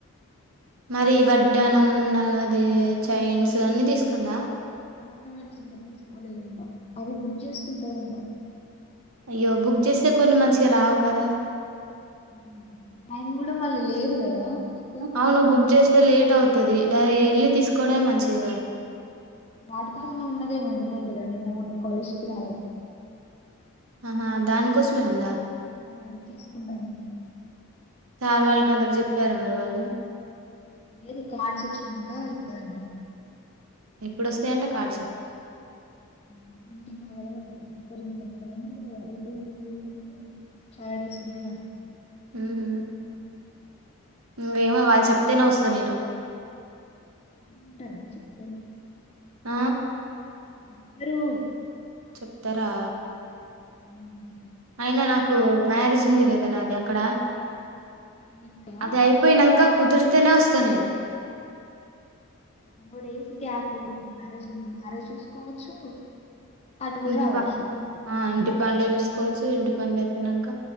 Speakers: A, on the right; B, on the left.
A: మరి వడ్డానం నాది చైన్స్ అన్ని తీసుకుందా
B: ఆర్నమెంట్స్ ఇంకా తీసుకోలేదంట అది బుక్ చేసుకుంటదంటా
A: అయ్యో బుక్ చేస్తే కొన్ని మంచిగా రావు కదా
B: మ్ టైం కూడా మళ్ళీ లేదు కదా ఎక్కువ
A: అవును బుక్ చేస్తే లేట్ అవుతది డ యెళ్ళి తీసుకోవడమే మంచిదిగా
B: మాటకోసమే ఉన్నదేమో ఇంటి దగ్గర నిన్న మొన్న కాలేజ్కి రాలే
A: ఆహా దానికోసమే ఉందా
B: మ్ తీసుకుంటాం
A: సార్ వాళ్ళకి అందరకి చెప్పారా మరి వాళ్ళు
B: లేదు కార్డ్స్ వచ్చనాంకా ఇస్తదంటా
A: ఎప్పుడు ఒస్తాయ్ అంట కార్డ్స్
B: <unintelligible> ఇస్తారు ఇంకెంత టైంని <unintelligible> చాల్ డేస్ ఉంది కదా
A: ఉహూ ఇంగేమో వాళ్ళు చెప్తేనే వస్తా నేను
B: చెప్పకుండ ఉంటరా చెప్తరు
A: ఆ
B: చెప్తరు
A: చెప్తారా
B: హ్మ్
A: అయినా నాకు మ్యారేజ్ ఉంది కదా నాది అక్కడ
B: నీట్‌గా
A: అది అయిపోయినాంక కుదిరితేనే వస్తా నేను
B: ఇంగో డేస్ గ్యాప్ మ్యారేజ్ ని మ్యారేజ్ చూసుకోవచ్చు అటు గూడా
A: ఇంటిపా
B: రావచ్చు. ను
A: ఆ ఇంటి పనులు చూసుకోవచ్చు ఇంటి పనులు అయిపోయినాంక